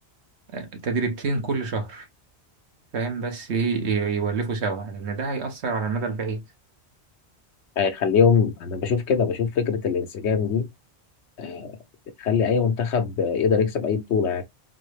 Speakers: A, on the right; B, on the left.
A: آه، تدريبتين كل شهر فاهم بس ي- ي- يولفوا سوا لان ده هيأثر على المدى البعيد
B: هيخليهم انا بشوف كده بشوف فكره الانسجام دي آه، بتخلي اي منتخب آه، يقدر يكسب اي بطوله